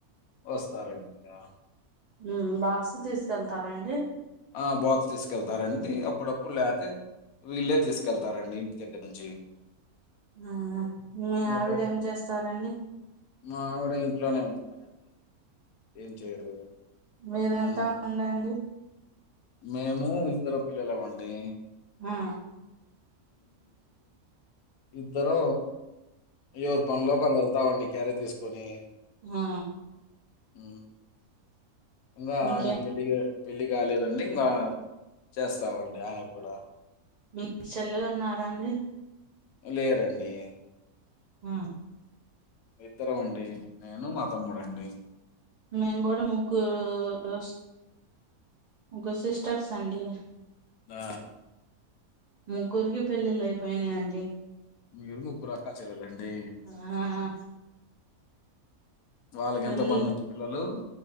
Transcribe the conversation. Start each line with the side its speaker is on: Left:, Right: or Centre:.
Left: వస్తారండి ఇంకా
Right: ఉ బాక్స్ తీసుకెళ్తారా అండి
Left: ఆ బాక్స్ తీసుకెళ్తారండి అప్పుడప్పుడు <unintelligible> వీళ్ళే తీసుకెళ్తారండి ఇంటి దెగ్గర నుం
Right: ఆ మీ
Left: మా
Right: ఆవిడ
Left: పా
Right: ఏం చేస్తారండి
Left: మా ఆవిడ ఇంట్లోనే ఉంటారండి ఏం చేయరు
Right: మీరు
Left: హ్మ్.
Right: ఎంత మంది అండి
Left: మేము ఇద్దరు పిల్లలమండి
Right: ఆ
Left: ఇద్దరు ఎవరి పనులోకి వాళ్ళు వెళ్తామండి క్యారి తీసుకొని
Right: ఆ
Left: ఉ ఇంగా
Right: ఇంకే
Left: ఆయనకి పెళ్లి పెళ్ళి కాలేదండి ఇంగ చేస్తామండి ఆయన కూడ
Right: మీకు చెల్లెలు ఉన్నార అండి
Left: లేరండి
Right: హు
Left: ఇద్దరం అండి నేను మా తమ్ముడండి
Right: మేము కూడ ముగ్గురు ముగ్గురు సిస్టర్స్ అండి
Left: ఆ
Right: ముగ్గురికి పెళ్ళిళ్ళు అయిపోయినాయండి
Left: మీరు ముగ్గురు అక్క చెల్లలండి
Right: ఆ
Left: వాళ్ళకి
Right: పెళ్ళి
Left: ఎంత మంది అండి పిల్లలు